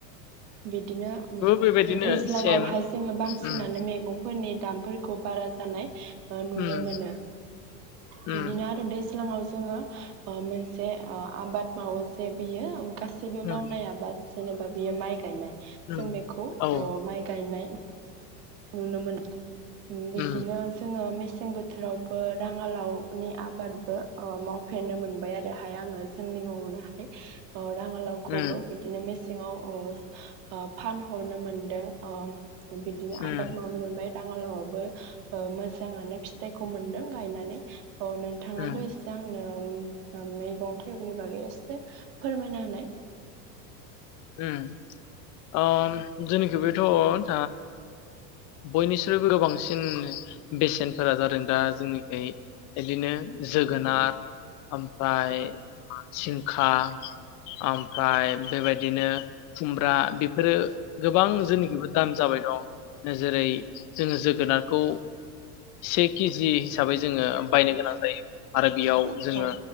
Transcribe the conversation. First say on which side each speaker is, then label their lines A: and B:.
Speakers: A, on the right (about 65°); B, on the left (about 40°).
A: बिदिनो उम
B: बेबायदिनो
A: दैज्लाङावहाय
B: सेम
A: जोङो बांसिनानो
B: उम
A: मैगंफोरनि दामफोरखौ बारा जानाय नुनो
B: उम
A: मोनो
B: उम
A: बिदिनो आरो दै दैज्लांआव जोङो ओ मोनसे आबाद मावो जे बियो गा गासैबो मावनाय
B: उम
A: आबाद जेनेबा बियो माइ गायनाय जों
B: उम
A: बेखौ अ
B: औ उम
A: माइ गायनाय नुनोमोन बिदिनो
B: उम
A: जोङो मेसें मेसें बोथोरावबो राङालावनि आबादबो ओ मावफेरनो मोनबाय आरोहाय आङो जोंनि नआवनो हाय ओ राङालावखौबो
B: उम
A: बिदिनो मेसे सेङाव अ ओ फानहरनो मोनदों अ बिदिनो
B: उम
A: आबाद मावनो मोनबाय राङालावाबो ओ मोज मोजाङानो फिथाइखौ मोनदों। गायनानानै औ नोंथाङाबो
B: उम
A: एसे आंनो ओम मैगं थाइगंनि बागै एसे फोरमायना होनाय
B: ओम। ओम जोंनि खैबोथ' ओ बयनिस्रुइबो गोबांसिन बेसेनफोरा जादों दा जोंनिखै इदिनो जोगोनार ओमफ्राय जिंखा ओमफ्राय बेबाय बिदिनो खुमब्रा बेफोरो गोबां जोंनिखिबो दाम जाबाय दं जेरै जोङो जोगोनारखौ से केजि हिसाबै जोङो बायनो गोनां जायो आरो बेयाव जोङो
A: औ